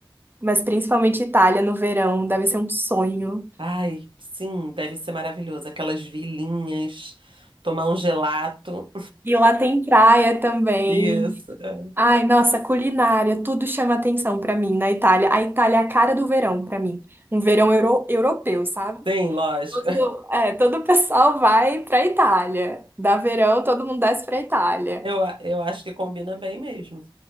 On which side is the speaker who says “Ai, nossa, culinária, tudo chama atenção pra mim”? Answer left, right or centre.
Right